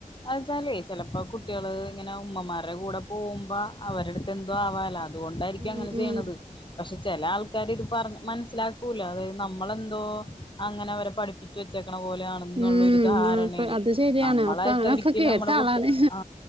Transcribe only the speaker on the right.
ഉം
ഉം
ഉം
ഉം അത് ശരിയാണ്
ഒക്കെ അങ്ങനൊക്കെ
കേട്ട
ആളാണ്